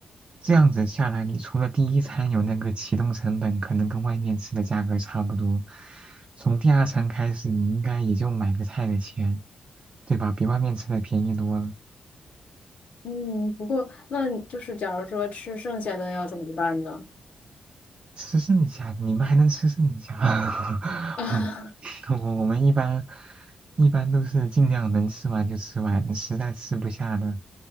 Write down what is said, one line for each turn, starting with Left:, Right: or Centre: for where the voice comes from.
Right: 这样子下来，你除了第一餐有那个启动成本，可能跟外面吃的价格差不多，从第二餐开始，你应该也就买个菜的钱，对吧？比外面吃的便宜多了，
Left: 嗯，不过那就是假如说吃剩下的要怎么办呢？
Right: 吃剩下的，你们还能吃剩下。<laughs>
Left: <laughs> 啊，
Right: <laughs> 我我们一般一般都是尽量能吃完就吃完，实在吃不下的